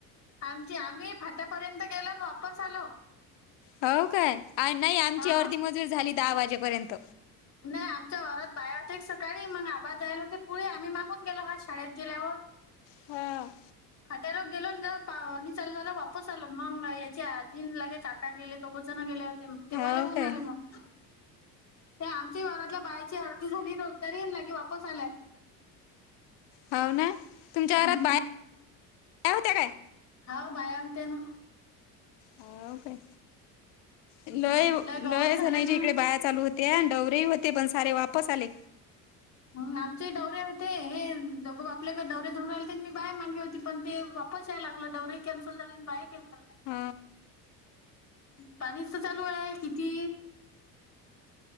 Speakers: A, on the left (about 35°); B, on the left (about 60°).
A: आमची आम्ही फाट्यापर्यंत गेलो आणि वापस आलो.
B: हो काय नाही आमची
A: हा
B: अर्धी मजुरी झाली दहा वाजेपर्यंत.
A: नाही आमच्या घरात बाया एक सकाळी मग आबा जायला होते पुढे आम्ही मागून गेलो का शाळेत गेल्यावर.
B: हां.
A: फाट्यालो गेलो ज पाणी चालू झालं वापस आलो. मग याचे आजीन लगेच आट काय गेले दोघोच जण गेले होते मग
B: हो
A: तेव्हा लहऊन
B: काय
A: आले मग. ते आमच्या वावरातल्या बायची अर्धी झाली रोजदारी अन् लगे वापस आल्या.
B: हाव ना. तुमच्या
A: हम्म.
B: वावरात बाया होत्या काय?
A: हाव बाया होत्या ना.
B: हो काय
A: हम्म.
B: लय लयच
A: गवत झालं
B: जनाईच्या
A: ना
B: इकडे बाया चालू होते आणि डवरे होते पण सारे वापस आले.
A: ह आमचे दौरे होते. हे दोघ बापलेक दौरे धरून आल्यात, मी बाय मागे होती. पण ते पाऊस यायला लागला डवरे कॅन्सल झाले आणि बाया कॅन्सल.
B: ह
A: पाणीच तर चालू आहे किती!